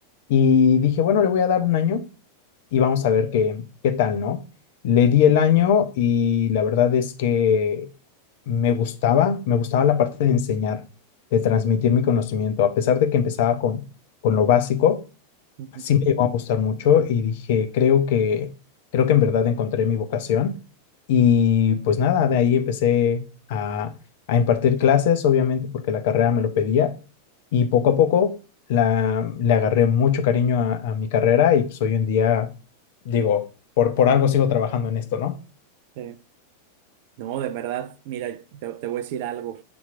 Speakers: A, on the left; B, on the right.
A: Y dije, bueno, le voy a dar un año y vamos a ver qué, qué tal, ¿no? Le di el año y la verdad es que me gustaba, me gustaba la parte de enseñar, de transmitir mi conocimiento, a pesar de que empezaba con, con lo básico,
B: ujú.
A: sí me llegó a gustar mucho y dije, creo que, creo que en verdad encontré mi vocación. Y pues nada, de ahí empecé a, a impartir clases, obviamente porque la carrera me lo pedía. Y poco a poco la, le agarré mucho cariño a, a mi carrera y pues hoy en día, digo, por, por algo sigo trabajando en esto, ¿no?
B: Sí. No, de verdad, mira, te, te voy a decir algo.